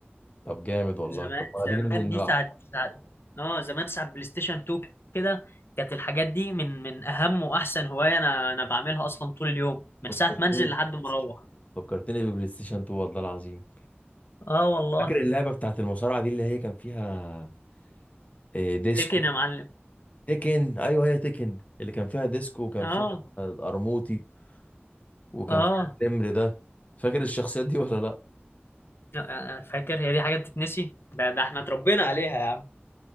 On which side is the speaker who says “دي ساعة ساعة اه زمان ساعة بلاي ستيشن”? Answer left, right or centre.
Left